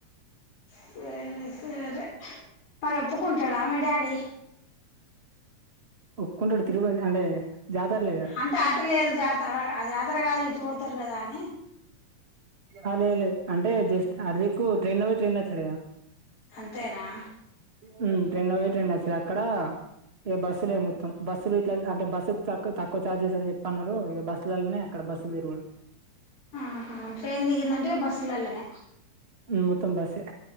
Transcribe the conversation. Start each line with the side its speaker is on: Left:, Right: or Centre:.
Left: సరే సరే మరి ఒప్పుకుంటాడా మీ డాడీ
Right: ఒప్పుకుంటడు తిరుపతి అంటే జాతరలే గదా
Left: అంటే అటులేదు జాతర ఆ జాతర కాదు ఇటు పోతరు గదా అని
Right: అ లేదు లేదు అంటే జస్ట్ అటు దిక్కు ట్రైన్ల బోయి ట్రైన్ల వచ్చుడు గదా
Left: అంతేనా
Right: ఉమ్ ట్రైన్ ల బోయి ట్రైన్ ల వచ్చుడే అక్కడ ఏ బస్సులే మొత్తం బస్సులు ఇట్లై అంటే బస్సుకు తక్ తక్కువ చార్జెస్ అని జెప్పి అన్నరు ఇగ బస్సులల్లనే అక్కడ బస్సు మీరు గూడ
Left: ఆహా ట్రైన్ దిగిందంటే బస్సులల్లనే
Right: ఉమ్ మొత్తం బస్సే